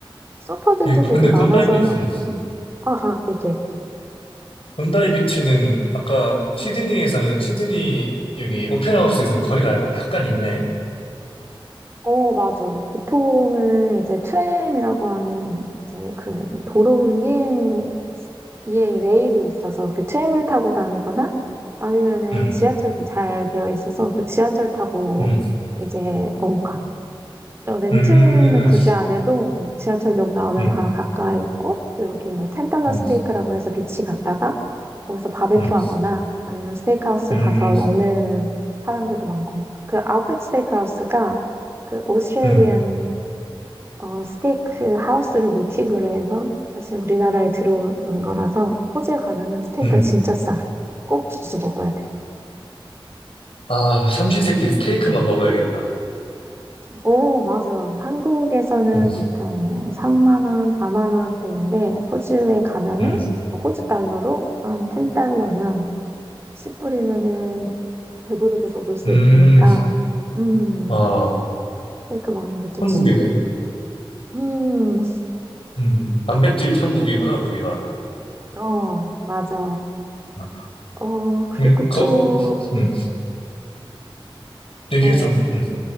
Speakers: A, on the right; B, on the left.
A: 서퍼들도
B: 예, 근데
A: 되게 많아서
B: 본다이, 비- 음.
A: 음. 아, 아, 이게.
B: 본다이 비치는 아까 시드니에서는,
A: 음.
B: 시드니 여기 오페라 하우스에서는 거리가 약간 있네.
A: 어, 맞아. 보통은 이제 트램이라고 하는 이제 그 도로 위에 이게 레일이 있어서 그 트램을 타고 다니거나 아니면은
B: 음,
A: 지하철도 잘 되어 있어서 그 지하철 타고
B: 음,
A: 이제 어, 가. 또 렌트는
B: 음,
A: 굳이 안 해도 음, 지하철역 나오면
B: 음,
A: 바로 가까이 있고 또 여기 뭐 텐달러
B: 음,
A: 스테이크라고 해서 비치 갔다가 거기서 바베큐
B: 음,
A: 하거나 아니면 스테이크하우스
B: 음,
A: 가서 먹는 사람들도 많고 그 아웃백 스테이크하우스가 그 오스트레일리안
B: 음,
A: 어, 스테이크 하우스를 모티브로 해서 사실 우리나라에 들어온 거라서 호주에 가면은 스테이크가
B: 음.
A: 진짜 싸. 꼭 주스 먹어야 돼.
B: 아, 삼시세끼 스테이크만 먹어야겠다.
A: 오, 맞아. 한국에서는
B: 음,
A: 보통 3만 원, 4만 원대인데 호주에 가면은
B: 음,
A: 어, 호주 달러로 한 10달러면 10불이면은 배부르게 먹을 수
B: 음.
A: 있으니까 음,
B: 아,
A: 스테이크 먹는 것도
B: 한국이네.
A: 진짜. 음,
B: 음, 단백질 천국이구나, 거기가.
A: 어, 맞아.
B: 아,
A: 어, 그리고
B: 음, 거,
A: 또,
B: 음,
A: 음,
B: 얘기해줘.
A: 어,
B: 음,